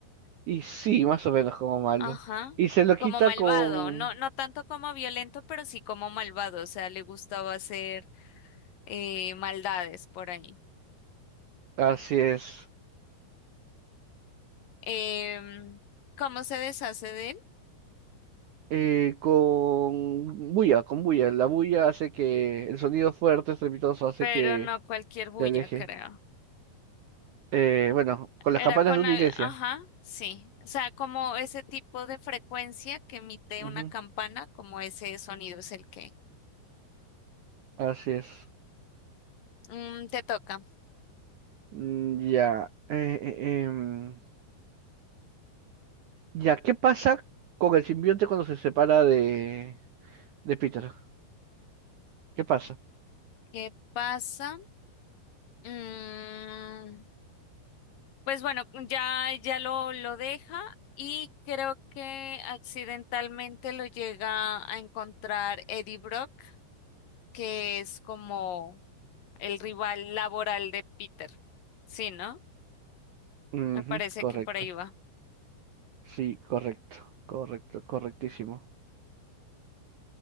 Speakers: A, on the right; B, on the left.
A: Y sí, más o menos como malo.
B: ajá,
A: Y se lo
B: como
A: quita
B: malvado,
A: con...
B: no, no tanto como violento, pero sí como malvado, o sea, le gustaba hacer eh, maldades por ahí.
A: Así es.
B: Em, ¿cómo se deshace de él?
A: eh, con bulla, con bulla. La bulla hace que el sonido fuerte, estrepitoso, hace
B: Pero
A: que
B: no cualquier bulla,
A: se aleje.
B: creo.
A: Eh, bueno, con las
B: Era
A: campanas
B: con,
A: de una
B: al-
A: iglesia.
B: ajá, sí, o sea, como ese tipo de frecuencia que emite
A: Ujú,
B: una campana, como ese sonido es el que
A: Así es.
B: Mm, te toca.
A: Mm, Ya. eh, eh, em, Ya, ¿qué pasa con el simbionte cuando se separa de, de Peter? ¿Qué pasa?
B: ¿Qué pasa? Mm, pues bueno, ya, ya lo, lo deja y creo que accidentalmente lo llega a encontrar Eddie Brock, que es como el rival laboral de Peter. Sí, ¿no?
A: Ujú,
B: Me parece
A: Correcto.
B: que por ahí va.
A: Sí, correcto. Correcto, correctísimo.